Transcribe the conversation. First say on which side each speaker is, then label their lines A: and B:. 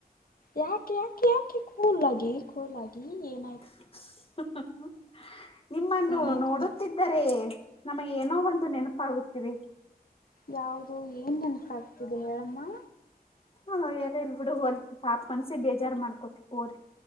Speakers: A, on the left; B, on the left.
A: ಯಾಕೆ ಯಾಕೆ ಯಾಕೆ ಕೂಲಾಗಿ ಕೂಲಗ ಏನ.
B: ಹಾ ಹಾ. ನಿಮ್ಮನ್ನು
A: ಏನಾಯ್ತು
B: ನೋಡುತ್ತಿದ್ದರೆ ನಮಗೆ ಏನೋ ಒಂದು ನೆನಪಾಗುತ್ತಿದೆ.
A: ಯಾವ್ದ ಏನ್ ನೆನ್ಸಾಗಗ್ತಿದೆ ಹೇಳಮ್ಮ.
B: ಹ ಎಾರ ಇಲ್ ಬಿಡು ಹೋಲಿ ಪಾಪ ಮನ್ಸಿ ಬೇಜಾರ್ ಮಾಡ್ಕೋತ ಹೋರಿ.